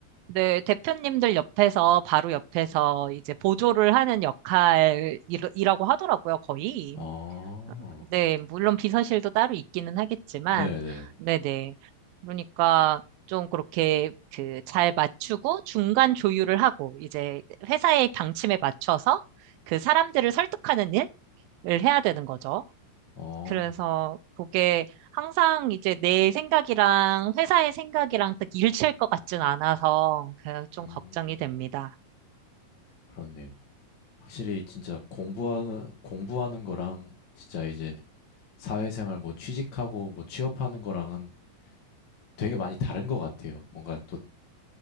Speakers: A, on the right (about 85°); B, on the left (about 45°).
A: 네, 대표님들 옆에서, 바로 옆에서 이제 보조를 하는 역할이라고 하더라고요, 거의.
B: 아.
A: 네, 물론 비서실도 따로 있기는 하겠지만,
B: 네네.
A: 네네. 그러니까 좀 그렇게 그 잘 맞추고 중간 조율을 하고 이제 회사의 방침에 맞춰서 그 사람들을 설득하는 일을 해야 되는 거죠.
B: 어.
A: 그래서 그게 항상 이제 내 생각이랑 회사의 생각이랑 딱 일치할 것 같진 않아서 그좀
B: 음.
A: 걱정이 됩니다.
B: 그렇네요. 확실히 진짜 공부하는 공부하는 거랑 진짜 이제 사회생활 뭐 취직하고 뭐 취업하는 거랑은 되게 많이 다른 것 같아요. 뭔가 또